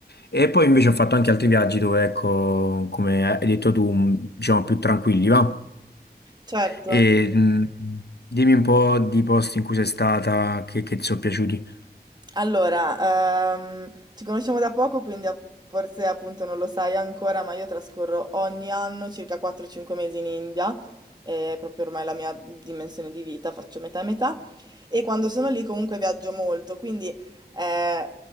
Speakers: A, on the left; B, on the right.
A: E poi invece ho fatto anche altri viaggi dove, ecco, come hai detto tu, mh, diciamo più tranquilli, va?
B: Certo.
A: E mh, dimmi un po' di posti in cui sei stata che, che ti sono piaciuti.
B: Allora, ehm, ci conosciamo da poco, quindi a- forse appunto non lo sai ancora, ma io trascorro ogni anno circa 4-5 mesi in India, è proprio ormai la mia dimensione di vita, faccio metà e metà, e quando sono lì comunque viaggio molto, quindi eh,